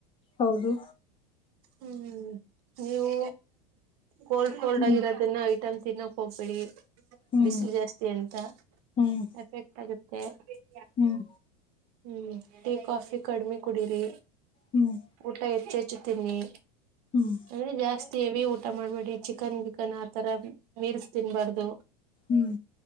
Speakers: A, on the left; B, on the right.
A: ಹೌದು
B: ಹ್ಮ್ ನೀವು ಕೋಲ್ಡ್ ಕೋಲ್ಡ್
A: ಹ್ಮ್
B: ಆಗಿರೋದನ್ನ ಐಟಮ್ ತಿನ್ನಕ್ ಹೋಗ್ಬೇಡಿ
A: ಹ್ಮ್
B: ಬಿಸಿಲು ಜಾಸ್ತಿ ಅಂತ
A: ಹ್ಮ್
B: ಎಫೆಕ್ಟ್ ಆಗುತ್ತೆ ಹ <unintelligible>
A: ಹ್ಮ್
B: ಹ್ಮ್ ಟೀ ಕಾಫಿ ಕಡಿಮಿ ಕುಡೀರಿ.
A: ಹ್ಮ್
B: ಊಟ್ ಹೆಚ್ಚೆಚ್ ಜತೆಗ್ನೆ
A: ಹ್ಮ್
B: ಅಲ್ಲಿ ಜಾಸ್ತ್ ತೇವಿ ಊಟ ಮಾಡ್ಬೇಡಿ ಚಿಕನ್ ಗಿಕನ್ ಆ ತರ ಮೀಲ್ಸ್ ತಿನ್ಬಾರ್ದು.
A: ಹ್ಮ್